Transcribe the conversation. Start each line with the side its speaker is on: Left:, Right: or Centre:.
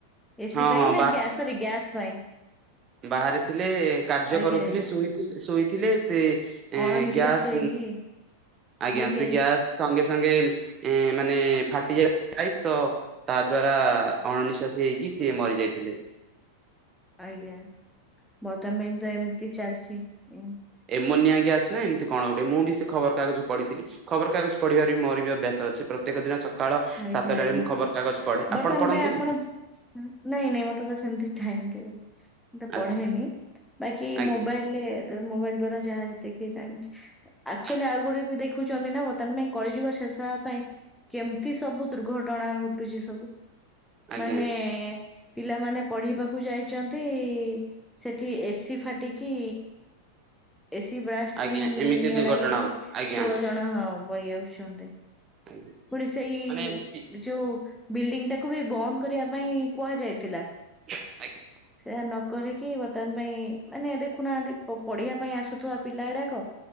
Centre: ଏସି
Right: ହଁ
Centre: ପାଇଁ
Right: ହଁ
Centre: ନା ଗ୍ୟାସ ସରି ଗ୍ୟାସ୍ ପାଇଁ।
Right: ବାହାରେି ଥିଲେ କାର୍ଯ୍ୟ
Centre: ଆଜ୍ଞା
Right: କରୁଥିଲେ
Centre: ଆଜ୍ଞା
Right: ଶୋଇ ଶୋଇଥିଲେ ସେ। ଏ
Centre: ଅଣନିଶ୍ୱାସୀ
Right: ଗ୍ୟାସ
Centre: ହେଇକି
Right: ଆଜ୍ଞା
Centre: ଲିକେଜ
Right: ସେ ଗ୍ୟାସ୍। ସଙ୍ଗେ ସଙ୍ଗେ ଏ ମାନେ ଫାଟିଯାଇପ ତ ତା ଦ୍ଵାରା ଅଣନିଶ୍ୱାସ ହେଇକି ସିଏ ମରି ଯାଇଥିଲେ।
Centre: ଆଜ୍ଞା ବର୍ତମାନ ତ ଏମିତି ଚାଲିଛି ଏ।
Right: ଏମୋନି ଗ୍ୟାସ ନା ଏମିତି କଣ ଗୋଟ ମୁଁ ବି ସେ ଖବରକାଗଜ ପଢିଥିଲି। ଖବରକାଗଜ ପଢିବାର ବି ମୋର ବି ଅଭ୍ୟାସ ଅଛି ପ୍ରତ୍ୟେକ ଦିନ ସ ସକାଳ
Centre: ଆଜ୍ଞା
Right: ସାତଟାରେ
Centre: ଆଜ୍ଞା
Right: ମୁଁ ଖବର କାଗଜ ପଢେ
Centre: ବର୍ତ୍ତମାନ
Right: ଆପଣ ପଢନ୍ତି
Centre: ପାଇଁ ଆପଣ
Right: ନା?
Centre: ନାଇଁ ନାଇଁ ମତେ ତ ସେମିତି ଟାଇମ କେବେ।
Right: ଆଚ୍ଛା
Centre: ପଢେନି ବାକି
Right: ଆଜ୍ଞା
Centre: ମୋବାଇଲରେ ମୋବାଇଲ ଦ୍ଵାରା ଯାହା ଯେତେ କିଏ ଜାଣିଛି। ଆଚୁଆଲି
Right: ଆଚ୍ଛା
Centre: ଆଉ ଗୋଟେ ବି ଦେଖୁଛନ୍ତି ନା ବତ୍ତମାନ ପାଇଁ କଳିଯୁଗ ଶେଷ ହେବା ପାଇଁ କେମିତି ସବୁ ଦୁର୍ଘଟଣା ଘଟୁଛି ସବୁ
Right: ଆଜ୍ଞା
Centre: ମାନେ ପିଲାମାନେ ପଢିବାକୁ ଯାଇଛନ୍ତି ସେଠି ଏସିି ଫାଟିକି ଏସି ବ୍ରାଷ୍ଟ
Right: ଆଜ୍ଞା
Centre: ପାଇଁ
Right: ଏମିତି
Centre: ନିଆଁ
Right: ଦୁର୍ଘଟଣା
Centre: ଲାଗିକି
Right: ହଉଛି ଆଜ୍ଞା
Centre: ଷୋଳ ଜଣ ବରି ଆସଛନ୍ତି।
Right: ଆଜ୍ଞା
Centre: ପୁଣି ସେଇ
Right: ମାନେ ଏମିତି
Centre: ଯୋଉ ବିଲ୍ଡିଂ ଟାକୁ ବି ବନ୍ଦ କରିବା ପାଇଁ କୁହାଯାଇଥିଲା।
Right: ଆଜ୍ଞା।
Centre: ସେଇୟା ନକରିକି ବର୍ତ୍ତମାନ ପାଇଁ ମାନେ ଦେଖୁନାହାନ୍ତି ପଢିବା ପାଇଁ ଆସୁ ଥିବା ପିଲା ଗୁଡାକ